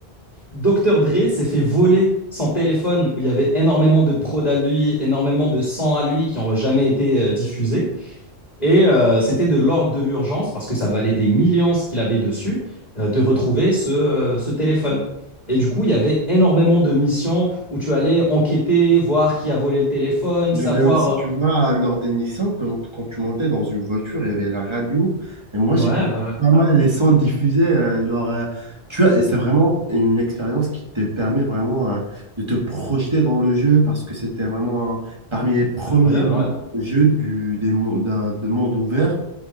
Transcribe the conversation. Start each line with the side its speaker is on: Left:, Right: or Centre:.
Left: Docteur Dre s'est fait voler son téléphone où il y avait énormément de prod à lui, énormément de sang à lui qui n'ont jamais été euh, diffusés. Et euh, c'était de l'ordre de l'urgence, parce que ça valait des millions ce qu'il avait dessus, euh, de retrouver ce, euh, ce téléphone. Et du coup, il y avait énormément de missions où tu allais enquêter, voir qui a volé le téléphone,
Right: Il
Left: savoir...
Right: y avait aussi, tu vois, lors des missions, quand, quand tu montais dans une voiture, il y avait la radio. Et moi,
Left: Ouais,
Right: j'écoutais
Left: ouais, ouais.
Right: pas mal les sons diffusés. euh, lors, euh, tu vois, et c'est vraiment une expérience qui te permet vraiment euh, de te projeter dans le jeu parce que c'était vraiment un- parmi les premiers
Left: Incroyable,
Right: mo-
Left: ouais.
Right: jeux du, des, mon- d'un- de monde ouvert